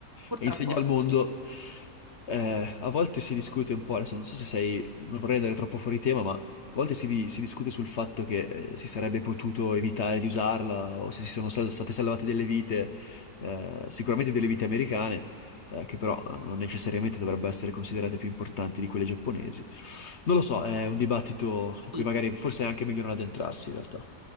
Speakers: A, on the right (about 20°); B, on the left (about 55°).
A: Purtroppo
B: e insegna al mondo.
A: sì.
B: Eh, a volte si discute un po', adesso non so se sei, non vorrei andare troppo fuori tema, ma a volte si, di- si discute sul fatto che eh, si sarebbe potuto evitare di usarla o se si sono sal- state salvate delle vite, eh, sicuramente delle vite americane, eh, che però eh, non necessariamente dovrebbero essere considerate più importanti di quelle giapponesi. Non lo so, è un dibattito in
A: Sì,
B: cui magari forse è anche meglio non addentrarsi in realtà.